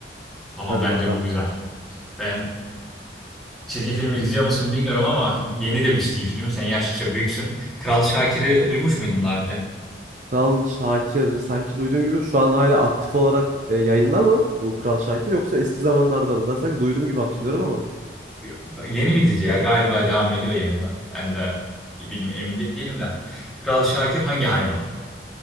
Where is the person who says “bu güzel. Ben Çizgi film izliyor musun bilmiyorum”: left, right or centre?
Centre